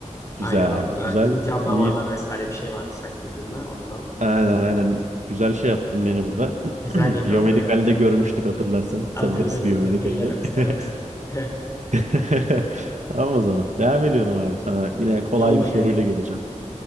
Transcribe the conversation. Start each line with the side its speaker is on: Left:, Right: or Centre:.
Right: Güzel
Left: Aynen hatta
Right: abi, güzel.
Left: kılcal damarlar
Right: iyi.
Left: vesaire bir şey vardı sanki ucunda ondan.
Right: Aynen aynen. Güzel şey yaptın beni burada.
Left: Güzel
Right: <clears throat>
Left: yakaladın
Right: Biyomedikal'de
Left: evet.
Right: görmüştük hatırlarsan.
Left: Hatırlarım
Right: Severiz biyomedikali.
Left: hatırlarım seversin.
Right: <laughs>
Left: <laughs>
Right: <laughs> Tamam o zaman. Devam ediyorum abi sana. Yine kolay
Left: Yolla
Right: bir soruyla
Left: gelsin.
Right: geleceğim.